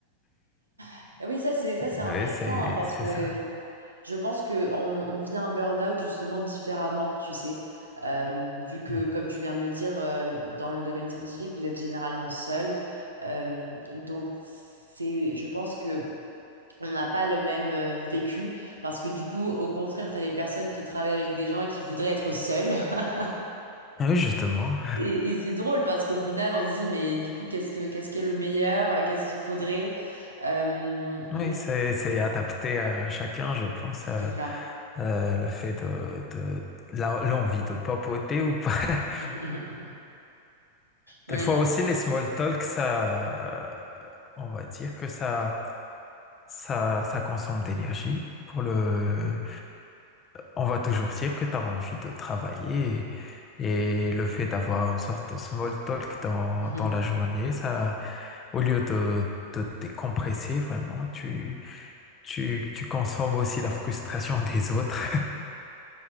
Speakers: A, on the right; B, on the left.
A: <laughs> Oui, ça c'est
B: <laughs>
A: ça c'est
B: Oui,
A: intéressant
B: c'est,
A: hein, parce
B: c'est
A: que
B: ça.
A: Je pense que on, on vit un burn-out justement différemment, tu sais, Euh, vu que,
B: Mm.
A: comme tu viens de le dire, euh, dans le domaine scientifique, vous êtes généralement seul. Euh, donc, c'est, je pense que on n'a pas le même euh, vécu, parce que du coup, au contraire, tu as les personnes qui travaillent avec des gens et qui voudraient être seules. <laughs>
B: Oui, justement.
A: Et, et c'est drôle parce qu'au final, on se dit, mais du coup, qu'est-ce que, qu'est-ce qui est le meilleur? euh, Qu'est-ce qu'il faudrait? Euh,
B: Oui,
A: mais
B: c'est c'est adapté à chacun, je pense, euh,
A: c'est ça.
B: euh, le fait de, de- la- l'envie de papoter ou pas. <laughs>
A: <laughs> Ouais,
B: Des fois
A: non.
B: aussi, les small talk, ça, euh, on va dire que ça, ça, ça consomme d'énergie. Pour le, on va toujours dire que tu as envie de travailler et, et le fait d'avoir une sorte de small talk dans,
A: <laughs>
B: dans la journée, ça, au lieu de, de décompresser vraiment, tu, tu, tu consommes aussi la frustration <laughs> des autres.